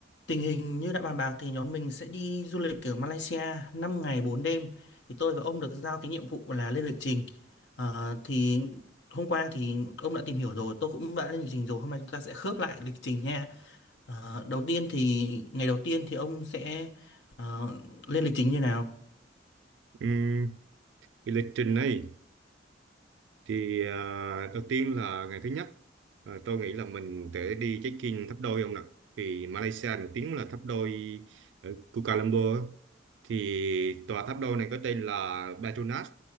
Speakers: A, on the left (about 65°); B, on the right (about 70°).
A: Tình hình như đã bàn bạc thì nhóm mình sẽ đi du lịch ở Malaysia 5 ngày 4 đêm. Thì tôi và ông được giao cái nhiệm vụ là lên lịch trình. Ờ, thì hôm qua thì ông đã tìm hiểu rồi, tôi cũng đã lên lịch trình rồi. Hôm nay chúng ta sẽ khớp lại lịch trình nha. Ờ, đầu tiên thì ngày đầu tiên thì ông sẽ ờ, lên lịch trình như nào?
B: Ừm, cái lịch trình này thì à, đầu tiên là ngày thứ nhất à, tôi nghĩ là mình sẽ đi check-in tháp đôi ông ạ vì Malaysia nổi tiếng là tháp đôi ở Kuala Lumpur á. thì tòa tháp đôi này có tên là Petronas